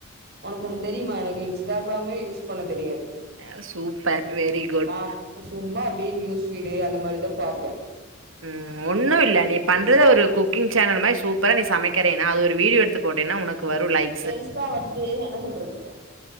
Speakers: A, on the right; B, on the right.
A: உனக்கு ஒண்ணு தெரியுமா எனக்கு இன்ஸ்டாகிராமே யூஸ் பண்ண தெரியாது
B: ஆ சூப்பர் வெரி குட்
A: நான் சும்மா அப்புடியே நியூஸ் ரீடு அந்த மாறி தா பாப்பே
B: ம் ஒண்ணு இல்ல நீ பண்றத
A: பெருசா
B: ஒரு கு க்கிங் சேனல் மாறி சூப்பரா நீ சமைக்கிறேனா அது ஒரு வீடியே எடுத்து போட்டன்னா உனக்கு வரும் லைக்
A: பெருசா வந்து என்ன சொல்றது வகைய